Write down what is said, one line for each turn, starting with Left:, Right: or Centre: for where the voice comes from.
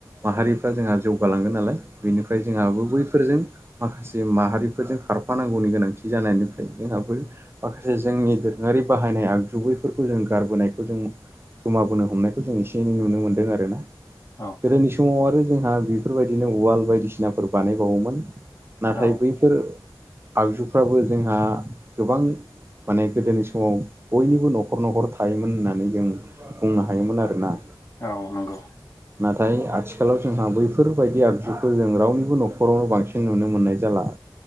Right: माहारिफ्रा जोंहा जौगालांगोन नालाय बेनिफ्राय जोंहाबो बैफोरजों माखासे माहारिफोरजों खारफानांगौनि गोनांथि जानायनिफ्राय जोंहाबो माखासे जोंनि दोरोङारि बाहायनाय आगजुुबैफोरखौ जों गारबोनायखौ जों गोमाबोनो हमनायखौ जों एसे एनै नुनो मोन्दों आरो ना।
Left: अ
Right: गोदोनि समाव आरो जोंहा बेफोरबायदिनो उाल बायदिसिनाफोर बानायबावोमोन
Left: औ
Right: नाथाय बैफोर बेफोर आगजुफ्राबो जोंहा गोबां माने गोदोनि समाव बयनिबो न'खर न'खर थायोमोन होननानै जों बुंनो हायोमोन आरोना।
Left: औ नंगौ
Right: नाथाय आथि आथिखालाव जोंहा बैफोरबायदि आगजुखौ जों रावनिबो न'खरावनो बांसिन नुनो मोननाय जाला